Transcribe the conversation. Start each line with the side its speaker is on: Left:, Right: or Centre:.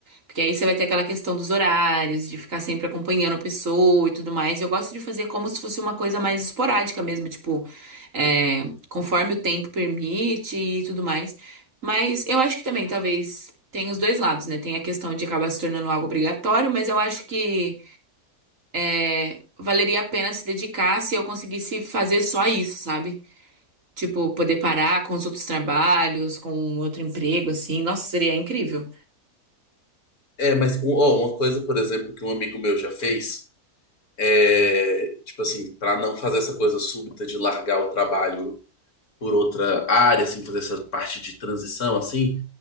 Right: Porque aí você vai ter aquela questão dos horários, de ficar sempre acompanhando a pessoa e tudo mais. Eu gosto de fazer como se fosse uma coisa mais esporádica mesmo, tipo, é, conforme o tempo permite e tudo mais. Mas eu acho que também, talvez, tem os dois lados, né? Tem a questão de acabar se tornando algo obrigatório, mas eu acho que. É, valeria a pena se dedicar se eu conseguisse fazer só isso, sabe? Tipo, poder parar com os outros trabalhos, com outro emprego, assim. Nossa, seria incrível.
Left: É, mas um- ó, uma coisa, por exemplo, que um amigo meu já fez é, tipo assim, para não fazer essa coisa súbita de largar o trabalho por outra área, assim, fazer essa parte de transição, assim,